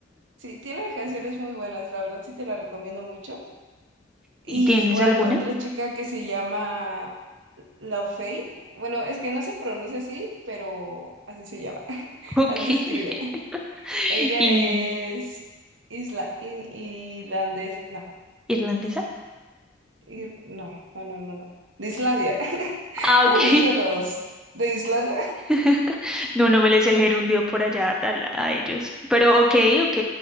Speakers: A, on the right; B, in the centre.
A: sí, tiene canciones muy buenas, la verdad sí te la recomiendo mucho. Y
B: ¿Y tienes
A: igual
B: alguna?
A: otra chica que se llama Laufey, bueno, es que no se pronuncia así, pero así se llama, <laughs>
B: Ok.
A: así
B: <laughs>
A: se escribe. Ella
B: ¿Y
A: es isla i- irlandés, no,
B: irlandesa?
A: ir- no, no, no, no, no, de Islandia. <laughs>
B: Ah,
A: ¿Cómo
B: ok.
A: se dice los de Islandia?
B: <laughs> No, no me les el gerundio por allá tal, a, ellos. Pero ok, ok.